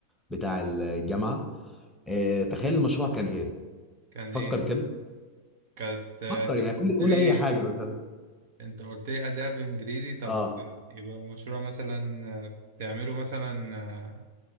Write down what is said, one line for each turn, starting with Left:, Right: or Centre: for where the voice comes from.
Centre: بتاع الجامعه آه، تخيل المشروع كان ايه
Right: كان
Centre: فكر
Right: ايه
Centre: كده
Right: كانت آه،
Centre: فكر
Right: انت
Centre: يعني
Right: قلت
Centre: قول
Right: لي
Centre: قول اي حاجه مثلا
Right: انت قلت لي اداء بانجليزي طب
Centre: اه
Right: يبقى المشروع مثلا بتعمله مثلا